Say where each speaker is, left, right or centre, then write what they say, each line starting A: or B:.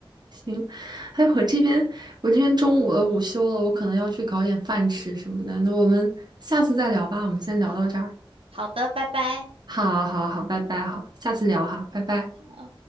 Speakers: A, on the right; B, on the right.
A: 行，哎，我这边我这边中午了，午休了，我可能要去搞点饭吃什么的。那我们下次再聊吧，我们先聊到这儿。
B: 好，好的，拜拜。
A: 好，好，好，拜拜，好，下次聊哈，拜拜。
B: 啊。